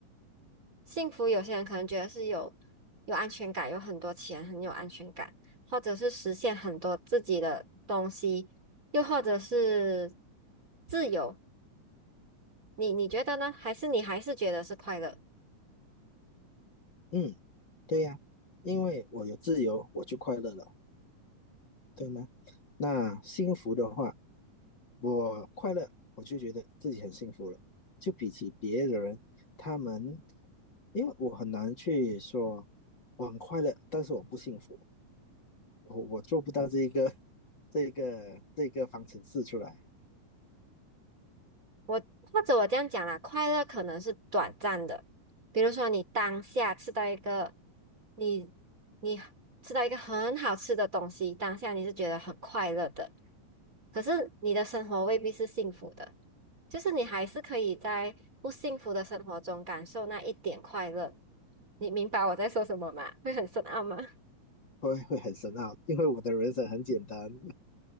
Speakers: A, on the right; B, on the left.
A: 幸福有些人可能觉得是有有安全感，有很多钱，很有安全感，或者是实现很多自己的东西，又或者是自由。你你觉得呢？还是你还是觉得是快乐？
B: 嗯，对呀，因为我有自由，我就快乐了，对吗？那幸福的话，我快乐，我就觉得自己很幸福了。就比起别的人，他们，因为我很难去说我很快乐，但是我不幸福，我我做不到这一个 <laughs> 这一个这一个方程式出来，
A: 我或者我这样讲啦，快乐可能是短暂的，比如说你当下吃到一个你你吃到一个很好吃的东西，当下你是觉得很快乐的，可是你的生活未必是幸福的，就是你还是可以在不幸福的生活中感受那一点快乐。你明白我在说什么吗？会很深奥吗？
B: 会会很深奥，因为我的人生很简单。<laughs>